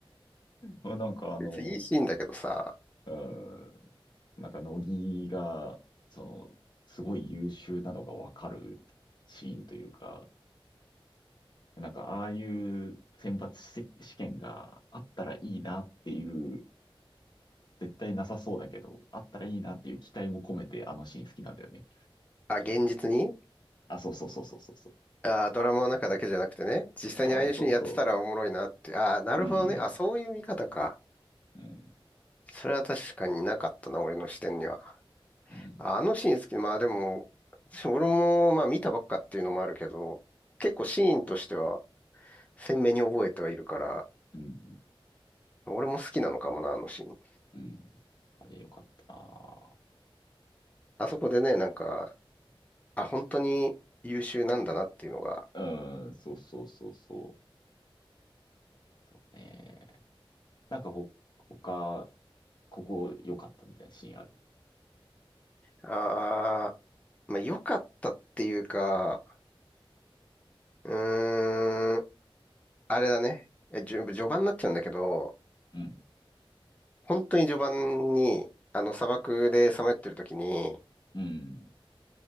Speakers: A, on the left; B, on the left.
A: な。なんかあの、
B: 別にいいシーンだけどさ、
A: うん、なんか乃木が、その、すごい優秀なのがわかるシーンというか、なんかああいう選抜し試験があったらいいなっていう、絶対なさそうだけど、あったらいいなっていう期待も込めてあのシーン好きなんだよね。
B: あ、現実に
A: あ、そうそうそうそうそうそう。
B: あ、ドラマの中だけじゃなくてね、実際にああいうシーンやってたらおもろいなって、
A: ああ、そうそ
B: あ、なるほどね。
A: う。うん、
B: あ、そういう見方か。
A: うん、
B: それは確かになかったな、俺の視点には。
A: うん、
B: あのシーン好き。まあでも、俺もまあ見たばっかっていうのもあるけど、結構シーンとしては鮮明に覚えてはいるから、
A: うん、
B: 俺も好きなのかもな、あのシーン。
A: うん。あれよかった
B: あそこでね、なんか、あ、本当に優秀なんだなっていうのが、
A: な。うん、そうそうそうそう。そうね。なんかほ、他、ここ良かったみたいなシーンある。
B: ああ、まあ良かったっていうか、うーん、あれだね。えじゅ序盤になっちゃうんだけど、
A: うん。
B: 本当に序盤に、あの砂漠でさまよってる時に、
A: うん。